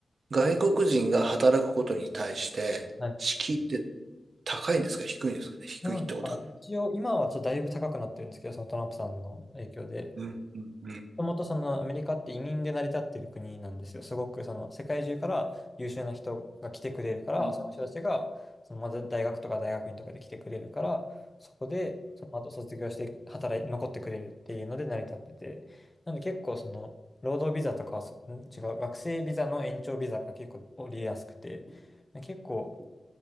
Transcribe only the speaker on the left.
はい。
なんか、一応、今はちょっとだいぶ高くなってるんですけど、そのトランプさんの影響で。
もともとそのアメリカって移民で成り立っている国なんですよ。すごくその世界中から優秀な人が来てくれるから、
その人たちがそのまず大学とか大学院とかで来てくれるから、そこでその後卒業して働い、残ってくれるっていうので成り立ってて、なので結構その労働ビザとかはす、ん違う、学生ビザの延長ビザが結構降りやすくて、結構